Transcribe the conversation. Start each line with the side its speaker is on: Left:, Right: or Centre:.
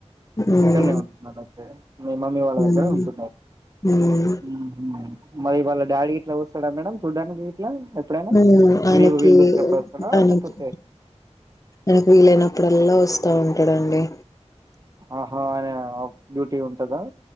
Left: హ్మ్
Right: ఇక్కడనే ఉంటున్నారు అయితే మీ మమ్మీ వాళ్ళ
Left: హ్మ్
Right: దగ్గర ఉంటున్నారు
Left: హ్మ్
Right: ఉహుమ్ మరి వాళ్ళ డాడీ ఇట్లా వ ఇక్కడ మేడం చూడ్డానికి ఇట్లా ఎప్పుడైనా
Left: ఊమ్ ఆయినకి
Right: వీళ్ళు వీళ్ళు దొరికినప్పుడు వస్తాడా
Left: ఆయినకి
Right: లేకపోతే
Left: నాకు వీలనప్పుడల్లా వస్ తా ఉంటడండి
Right: ఆహా అ ఆఫ్ డ్యూటీ ఉంటదా